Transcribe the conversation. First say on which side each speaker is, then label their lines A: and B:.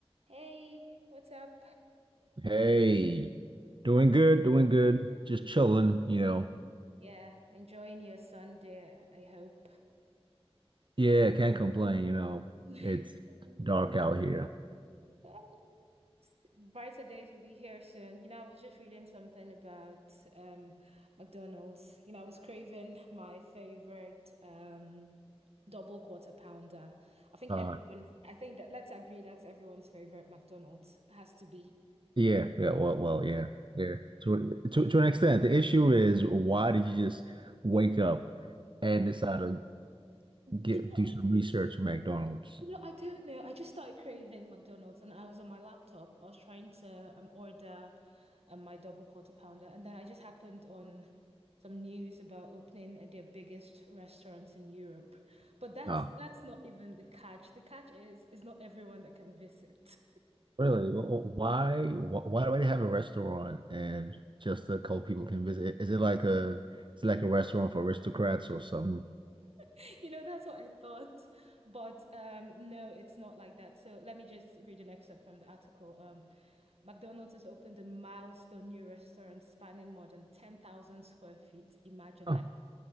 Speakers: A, on the right; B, on the right.
A: Hey, what's up?
B: Hey, doing good, doing good. Just chilling, you know.
A: Yeah, enjoying your Sunday, I hope.
B: Yeah, can't complain, you know.
A: <laughs>
B: It's dark out here.
A: Oh, Brighter days will be here soon. You know, I was just reading something about um McDonald's. You know, I was craving my favorite um double quarter pounder. I think
B: Uh,
A: everyone, I think that let's agree that's everyone's favorite McDonald's has to be.
B: yeah, yeah, well, well, yeah, yeah. To, to to an extent, the issue is why did you just wake up and decide to
A: <laughs>
B: get do some research for McDonald's?
A: You know, I don't know. I just started craving McDonald's and I was on my laptop. I was trying to um, order um, my double quarter pounder. And then I just happened on some news about opening at their biggest restaurant in Europe. But that's
B: Uh,
A: that's not even the catch. The catch is is not everyone that can visit.
B: really? wh- wh- Why, wh- why do they have a restaurant and just a couple people can visit? Is it like a, is it like a restaurant for aristocrats or something?
A: <laughs> You know, that's what I thought. But um, no, it's not like that. So let me just read an excerpt from the article. Um, McDonald's has opened a milestone new restaurant spanning more than 10,000 square feet. Imagine
B: Huh,
A: that is